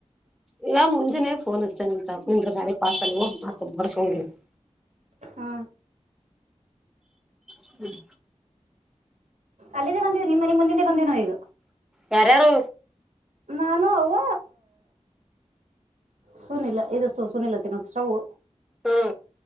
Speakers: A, in the centre; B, on the right (about 75°).
A: ಇಲ್ಲಾ ಮುಂಜಾನನೆ ಫೋನ್ ಹಚ್ಚನೆಂತ ಕುಂದ್ರ ನಾಳೆ ಪಾಸಲ್ಕೊಂಬರ್ಸಂಗಿ <inaudible>
B: ಹ್ಮ
A: ಹ್ಮ್
B: ಅಲ್ಲಗೇ ಬಂದೇವ ನಿಮ್ಮ ಮನೆ ಮುಂದಿಂದೆ ಬಂದೇವ ಈಗ
A: ಯಾರ ಯಾರು
B: ನಾನು ಅವ್ವ ಸುನಿಲ್ಲ ಇದಷ್ಟು ಸುನಿಲ್ಲ ತಿನ್ನೋದು ಸ್ಟೊವು
A: ಹ್ಮ